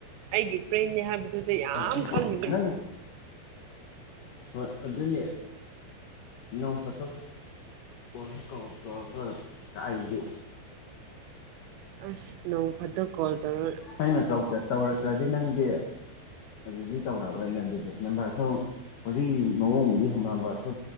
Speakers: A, on the right (about 85°); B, on the left (about 70°).
A: ꯑꯩꯒꯤ ꯐ꯭ꯔꯦꯟꯅ ꯍꯥꯏꯕꯗꯨꯗ ꯌꯥꯝ
B: ꯑꯗꯨ
A: ꯈꯪꯅꯤꯡꯉꯤ
B: ꯅꯪ ꯍꯣꯏ ꯑꯗꯨꯅꯤ ꯏ ꯅꯣꯡ ꯐꯣꯇꯣꯛ ꯀ ꯀꯧ ꯇꯧꯔꯛꯇ ꯑꯩꯒꯤ
A: ꯑꯁ ꯅꯣꯡ ꯐꯗ ꯀꯣꯜ ꯇꯧꯔꯛ
B: ꯑꯩꯅ ꯇꯧꯔꯛꯇ꯭ꯔꯗꯤ ꯅꯪꯗꯤ ꯑꯗꯨꯗꯤ ꯇꯧꯔꯛꯂꯣꯏꯅꯦ ꯑꯗꯨꯗꯤ ꯅꯝꯕꯔꯁꯨ ꯍꯧꯖꯤꯛꯀꯤ ꯃꯑꯣꯡꯕꯨꯗꯤ ꯍꯣꯡꯅꯕꯁꯨ